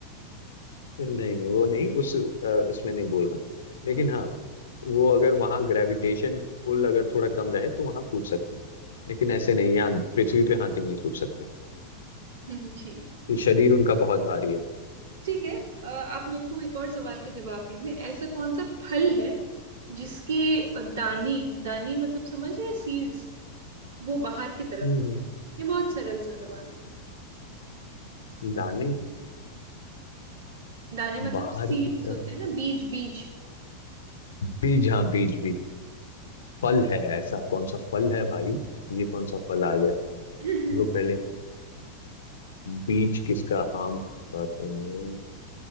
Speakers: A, on the left; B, on the right.
A: नहीं नहीं वो नहीं उस अ, उसमें नहीं बोल रहा लेकिन हाँ वो अगर वहाँ ग्रेविटेशन पुल अगर थोड़ा कम रहे तो वहाँ कूद सकते हैं लेकिन ऐसे
B: <laughs>
A: नहीं यहाँ पृथ्वी पे हाथी नहीं कूद सकता
B: <laughs> हम्म, जी जी
A: ये शरीर उनका बहुत भारी है
B: ठीक है अ, आप मेरे को एक और सवाल का जवाब दीजिए ऐसा कौन सा फल है जिसके दाने दाने मतलब समझ रहे सीड्स वो बाहर की तरफ
A: हम्म
B: होते हैं ये बहुत सरल सा सवाल है
A: हम्म। दाने
B: दाने मतलब
A: बाहर
B: सीड्स
A: की तरफ
B: होते हैं ना बीज बीज
A: बीज हाँ बीज बीज फल है ऐसा कौन सा फल है भाई ये कौन सा फल आ गया
B: <laughs>
A: वो पहले बीज किसका आम का तो नहीं